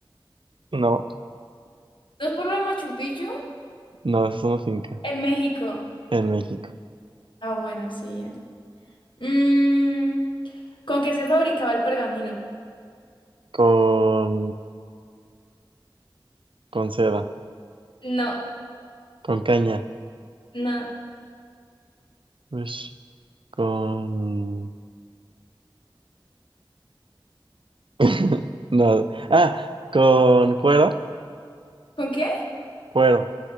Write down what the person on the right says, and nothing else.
No,
no, esos son los incas.
En México.
Con, con seda.
Con caña.
Ush. Con... <laughs> No. Ah, con cuero.
Cuero.